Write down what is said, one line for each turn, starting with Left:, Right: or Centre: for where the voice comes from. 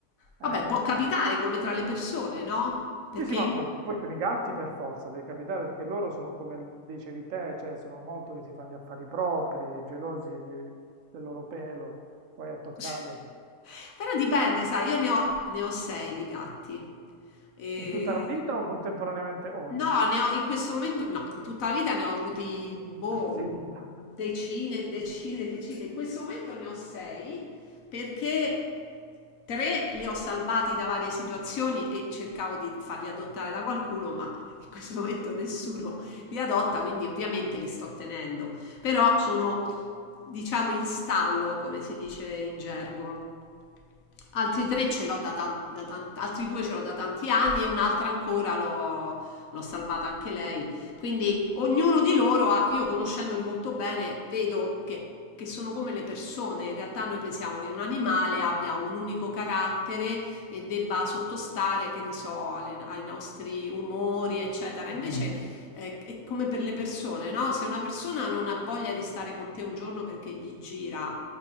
Right: ehm,
Left: Vabbè, può capitare come tra le persone, no? Perché...
Right: sì, sì, ma poi, poi con i gatti per forza deve capitare perché loro sono come dicevi te, cioè sono molto che si fanno gli affari propri, gelosi di- del loro pelo, guai a toccarli.
Left: <laughs>
Right: a- to-
Left: Però dipende, sai, io ne ho, ne ho sei di gatti. E...
Right: In tutta la vita
Left: <laughs>
Right: o contemporaneamente oggi?
Left: No, ne ho in questo momento, no, in tutta la vita ne ho avuti, boh,
Right: <laughs> 6.000.
Left: decine, decine, decine. In questo momento ne ho sei perché tre li ho salvati da varie situazioni e cercavo di farli adottare da qualcuno, ma in questo momento nessuno li adotta, quindi ovviamente li sto tenendo. Però sono, diciamo, in stallo, come si dice in gergo. Altri tre ce l'ho da, tan- da tan- altri due ce l'ho da tanti anni e un'altra ancora l'ho, l'ho salvata anche lei. Quindi ognuno di loro ha, io conoscendoli molto bene, vedo che, che sono come le persone. In realtà noi pensiamo che un animale abbia un unico carattere e debba sottostare, che ne so, alle- ai nostri umori, eccetera.
Right: Mhm.
Left: Invece mm. eh, è come per le persone, no? Se una persona non ha voglia di stare con te un giorno perché gli gira